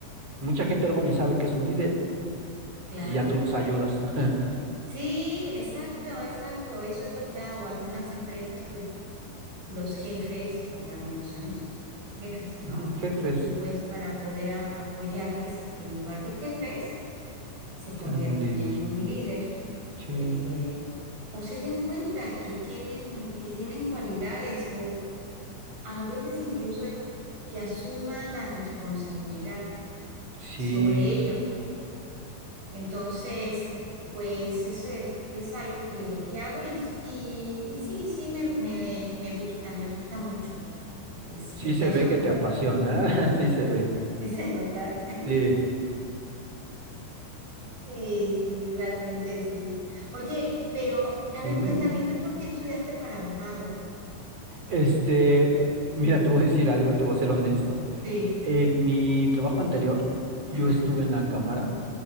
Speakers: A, on the right (about 35°); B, on the right (about 60°).
A: Mucha gente luego ni sabe que es un líder
B: claro.
A: y ya tú los ayudas. <laughs>
B: Sí, exacto, exacto. Eso es lo que hago. Algunas empresas, pues los jefes, pues realmente son eso, jefes, ¿no?
A: Ujú, Jefes,
B: Y pues para poder a- apoyarles a que en lugar de jefes se conviertan
A: sean un líder.
B: en un líder
A: Sí,
B: eh, o se den cuenta que tienen, que tienen cualidades o A veces incluso es que asuman la responsabilidad
A: sí.
B: sobre ello. Entonces, pues eso es, es algo que, que hago y, y, y sí, sí, me, me, me gusta, me gusta mucho. Este,
A: Sí se
B: ya
A: ve
B: son,
A: que te apasiona, <laughs> sí se ve.
B: <laughs> sí se nota.
A: Sí,
B: Sí, sí, realmente sí. Oye, pero a ver,
A: dime,
B: cuéntame,
A: dime.
B: ¿tú por qué estudiaste para abogado?
A: Este, mira, te voy a decir algo, te voy a ser honesto.
B: Sí,
A: En mi trabajo anterior, yo
B: ajá.
A: estuve en la Cámara